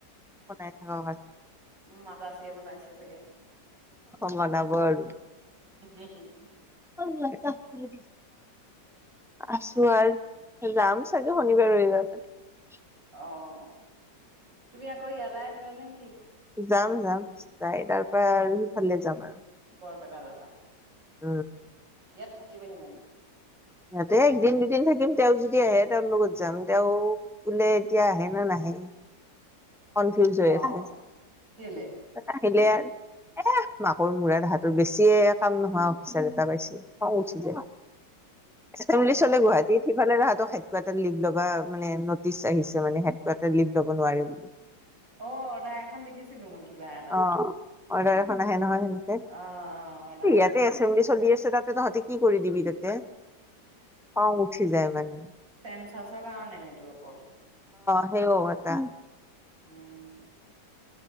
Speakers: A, in the centre; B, on the right (about 85°).
A: বনাই থাকাৰ
B: উম মাত্ৰ আ চিয়ে বনাইছে চাগে।
A: বনাব আৰু।
B: উম উম উম উম।
A: অে ত <unintelligible> আছো আৰু যাম চাগে শনিবাৰ ৰবিবাৰ মানে।
B: অ' তুমি আকৌ ইয়ালৈ আহিবা নেকি?
A: যাম যাম যাই তাৰ পৰা আৰু সিফালে যাম আৰু
B: বৰপেটা যাব আছে।
A: উম
B: ইয়াত থাকিবাহি মানে।
A: ইিহঁতে একদিন দুদিন থাকিম তেওঁ যদি আহে তেওঁৰ লগত যাম তেওঁ বোলে এতিয়া আহে নে নাহে।
B: <inaudible>
A: কনফিউজ হৈ
B: অ',
A: আছে
B: কেলে?
A: আহিলে আৰু এ মাকৰ মুৰা দোহাৰ বেছিয়ে কাম নোহোৱা অফিচাৰ এটা পাইছিল খং উঠি যে। এচেম্বলি
B: অ',
A: চলে গুৱাহাটীত সেইফালে তাহাঁতক হাইতক এটা লিভ ল'বা মানে নটিচ আহিছে মানে সাইতক এটা লিভ ল'ব নোৱাৰে বুলি।
B: অ' অৰ্ডাৰ এখন দেখিছিলো মই কিবা এটা।
A: অ অৰ্ডাৰ এখন আহে নহয়। সেনেকে
B: অ', অ', অৰ্ডাৰ এখন
A: ইয়াতে
B: দেখিছিলো।
A: এচেম্বলি চলি আছে তাত। ত তহতি কি কৰি দিবি তাতে খং উঠি যায় মানে।
B: চেন্ঞ্চাছৰ কাৰণে সেইটো অকল।
A: হ অ' এটা।
B: উম,